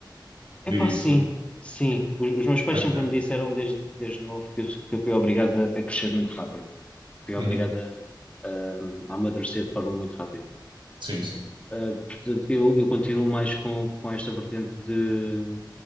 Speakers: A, on the left; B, on the right.
A: Epá,
B: Dirias
A: sim,
B: tu.
A: sim. Os, os meus pais
B: Ok.
A: sempre me disseram desde, desde novo que eu, que eu fui obrigado a a crescer muito rápido. fui obrigada
B: Uhum.
A: a, a amadurecer de forma muito rápida.
B: Sim, sim.
A: Uh, portanto, eu, eu continuo mais com, com esta vertente de